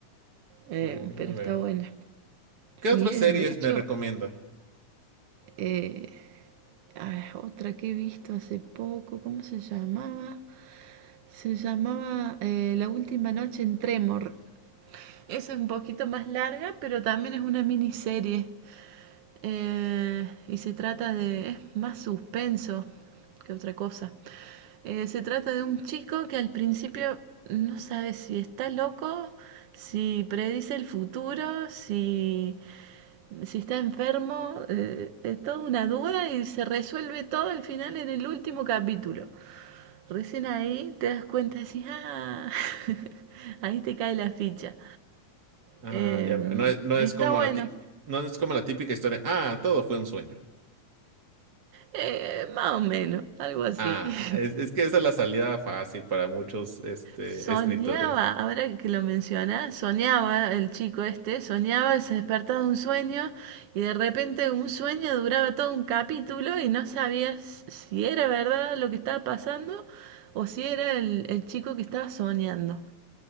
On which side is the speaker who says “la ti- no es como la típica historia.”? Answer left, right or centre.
Right